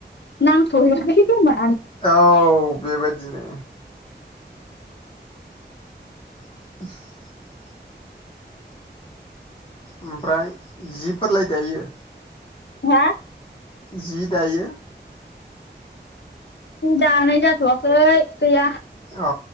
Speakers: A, on the left (about 70°); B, on the left (about 30°).
A: नांथ'हैयाखै खोमा
B: औ बेबायदिनो <inaudible> ओमफ्राय जिफोरलाय दायो।
A: हा
B: जि दायो
A: दानाय जाथ'वाखै गैया
B: अ